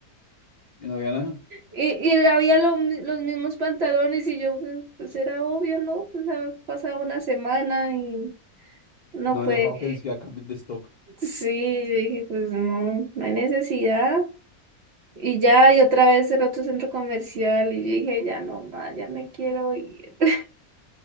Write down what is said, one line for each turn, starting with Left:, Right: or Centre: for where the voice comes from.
Left: Y no había nada.
Right: y, y había lo mi- los mismos pantalones y yo pues, pues, era obvio, ¿no? Pues ha pasado una semana y no
Left: No
Right: puede.
Left: han dejado que ni siquiera cambien de stock.
Right: Sí, yo dije, pues no, no hay necesidad. Y ya, y otra vez el otro centro comercial y yo dije, ya no más, ya me quiero ir. <laughs>